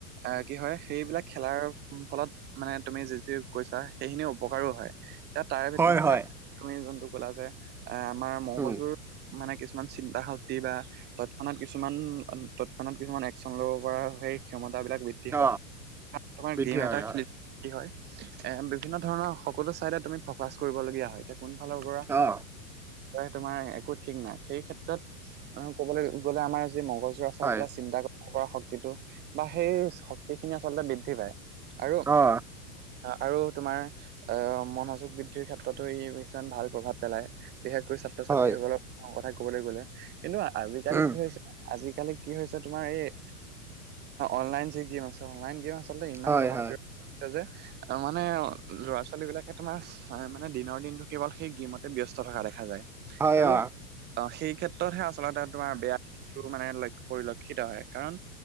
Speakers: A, on the right (about 25°); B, in the centre.
A: এ কি হয় সেইবিলাক খেলাৰ ফলত মানে তুমি যিখিনি কৈছা সেইখিনি উপকাৰো হয় তা তাৰে ভিত
B: হয় হয়
A: তা তুমি যোনটো ক'লা যে এ আমাৰ মগজুৰ
B: উম
A: মানে কিছুমান চিন্তা শক্তি বা তৎক্ষণাত কিছুমান অ তৎক্ষণাত কিছুমান একচন ল'ব পৰা সেই ক্ষমতাবিলাক বৃ দ্ধি
B: অ
A: হয় তাত তোমাৰ
B: বৃদ্ধি
A: গেম
B: হয়
A: এটা
B: হয়
A: খেলি কি হয়? এ বিভিন্ন ধৰণৰ সকলো চাইডে তুমি ফকাচ কৰিবলগীয়া হয় এতিয়া কোন ফালৰ পৰা
B: অ
A: তোমাৰ একো ঠিক নাই। সেই ক্ষেত্ৰত ক'বলৈ গ'লে আমাৰ যি মগজু <unintelligible>
B: হয়
A: চিন্তা কৰা শক্তিটো বা সেই শক্তিখিনি আচলতে বৃদ্ধি পায়। আৰু,
B: অ
A: আৰু তোমাৰ আহ মনোযোগ বৃদ্ধিৰ ক্ষেত্ৰতো ই কিছুমান ভাল প্ৰভাৱ পেলাই বিশেষকৈ ছাত্ৰ ছাত্ৰীসকলৰ
B: হয়
A: কথা কবলৈ গ'লে কিন্তু আজিকালি
B: উম
A: কি হৈছে আজি কালি কি হৈছে তোমাৰ এই অনলাইন যে গেম আছে অনলাইন গেম আচলতে ইমান
B: হয়
A: জনপ্ৰিয়
B: হয়
A: যে মানে ল'ৰা ছোৱালী বিলাকে তোমাৰ হয়। মানে দিনৰ দিনটো কেৱল সেই গেমতে ব্যস্ত থকা দেখা যায়।
B: হয়
A: আৰু
B: অ
A: অ সেই ক্ষেত্ৰতহে আচলতে তোমাৰ বেয়া মানে লক্ষ্য পৰিলক্ষিত হয়। কাৰণ